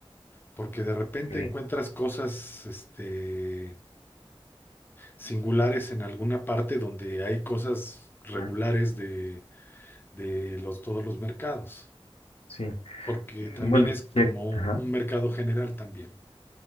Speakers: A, on the left; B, on the left.
A: porque de repente
B: Ok.
A: encuentras cosas, este, singulares en alguna parte donde hay cosas regulares
B: Ah,
A: de, de los, todos los mercados,
B: sí.
A: porque
B: Mm,
A: también
B: Bueno,
A: es como
B: ya,
A: un
B: ajá.
A: mercado general también.